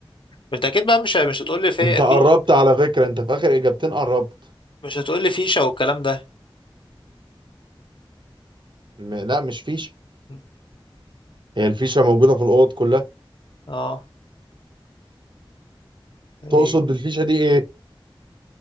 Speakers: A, on the left; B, on the right.
A: انت اكيد بقى مش مش هتقول لي في
B: انت قربت
A: في
B: على فكره انت في اخر اجابتين قربت
A: مش هتقول لي فيشه والكلام ده
B: م لا مش فيشه
A: مم.
B: هي الفيشه موجوده في الاوض كلها
A: اه إيه.
B: تقصد بالفيشه دي ايه